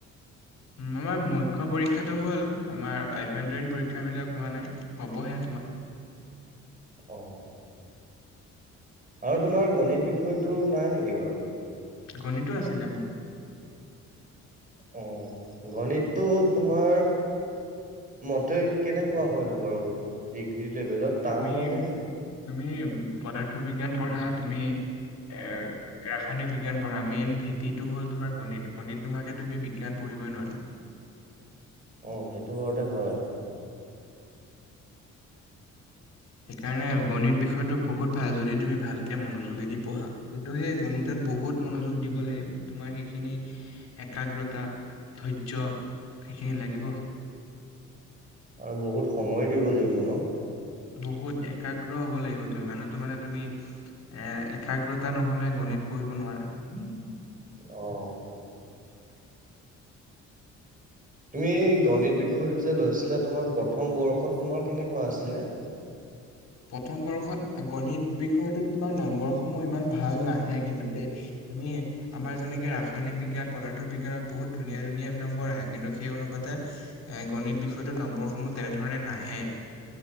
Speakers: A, on the left; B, on the right.
A: আমাৰ মুখ্য পৰীক্ষাটো হ'ল। আমাৰ আভয়ন্তৰীণ পৰীক্ষা বিলাক হোৱা নাই। হ'ব হে। মাৰ
B: অ। আৰু তোমাৰ গণিত বিষয়তটো নাই নেকি বাৰু?
A: গণিতটো আছিলে মোৰ।
B: অ গণিতটো তোমাৰ মতে কেনেকুৱা হয়নো বাৰু? দিগ লেভেলত
A: তুমি
B: টান হয় নে?
A: তুমি পদাৰ্থ বিজ্ঞান পঢ়া তুমি এ ৰাসায়নিক বিজ্ঞান পঢ়া মেইন ভেটিটো হ'ল তোমাৰ গণিত। গণিত নোহোৱাকে তুমি বিজ্ঞান কৰিবই নোৱাৰা।
B: অ সেইটো কৰতে হয়।
A: সেইকাৰণে গণিত বিষয়টো বহুত ভাল যদি তুমি ভালকে মনোযোগেদি পঢ়া। কিন্তু সেই গণিতত বহুত মনোযোগ দিব লাগিব, তোমাৰ ৰ সেইখিনি একাগ্ৰতা, ধৈৰ্য সেইখিনি লাগিব।
B: আৰু বহুত সময় দিব লাগিব ন?
A: বহুত একাগ্ৰ হ'ব লাগিব তুমি, মানুহটো মানে তুমি এ একাগ্ৰতা নহলে গ নিত পঢ়িব নোৱাৰা।
B: অ'। তুমি গণিত বিষয়টো যে লৈছিলা তোমাৰ প্ৰথম বৰ্ষত তোমাৰ কেনেকুৱা আছিলে? <inaudible>
A: প্ৰথম বৰ্ষত গণিত বিষয়টোত তোমাৰ নম্বৰসমূহ ইমান ভাল নাহে কিন্তু দেই। তুমি মি আমাৰ যেনেকৈ ৰাসায়নিক বিজ্ঞান, পদাৰ্থ বিজ্ঞানত বহুত ধুনীয়া - ধুনীয়া নম্বৰ আহে। কিন্তু সেই অনুপাতে এ গণিত বিষয়টোত নম্বৰসমূহ তেনেধৰণে নাহে।